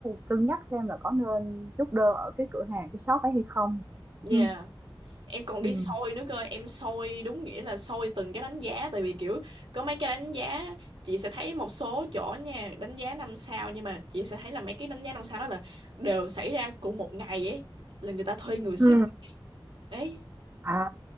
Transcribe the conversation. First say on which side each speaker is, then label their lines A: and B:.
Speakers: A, on the right; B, on the right.
A: cân nhắc xem là có nên chốt đơn ở cái cửa hàng, cái shop ấy hay không.
B: dạ
A: Ừm,
B: em còn đi
A: ừm.
B: soi nữa cơ em soi đúng nghĩa là soi từng cái đánh giá tại vì kiểu có mấy cái đánh giá chị sẽ thấy một số chỗ nha đánh giá năm sao nhưng mà chị sẽ thấy là mấy cái đánh giá năm sao đó là đều xảy ra cùng một ngày ấy là người ta thuê người xích
A: Ừ.
B: đấy
A: À,